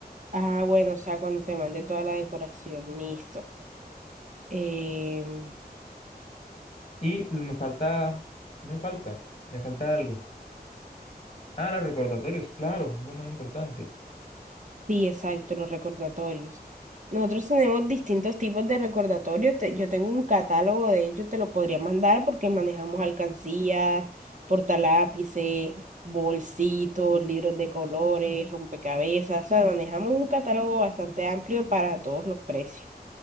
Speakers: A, on the right; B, on the left.
A: ah, bueno, o sea, cuando te mande toda la decoración, listo. Em,
B: Y me falta, ¿qué me falta? Me falta algo. Ah, los recordatorios, claro, lo más importante.
A: Sí, exacto, los recordatorios. Nosotros tenemos distintos tipos de recordatorios. te- yo tengo un catálogo, de ellos te lo podría mandar porque manejamos alcancías, portalápices, bolsitos, libros de colores, rompecabezas. O sea, manejamos un catálogo bastante amplio para todos los precios.